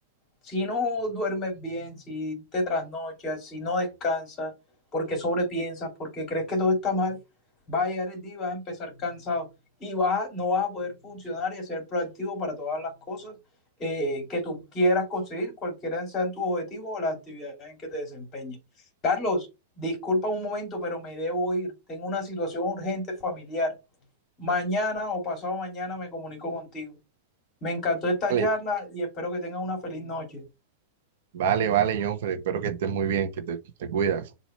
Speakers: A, on the left; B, on the right.
A: si no duermes bien, si te trasnochas, si no descansas, porque sobrepiensas, porque crees que todo está mal, va a llegar el día y vas a empezar cansado y vas, a, no vas a poder funcionar y ser proactivo para todas las cosas eh, que tú quieras conseguir, cualquiera sean tus objetivos o las actividades en que te desempeñes. Carlos, disculpa un momento, pero me debo ir. Tengo una situación urgente familiar. Mañana o pasado mañana me comunico contigo. Me encantó esta
B: Vale,
A: charla y espero que tengas una feliz noche.
B: vale, vale, Jonfer, espero que estés muy bien, que te te cuidas.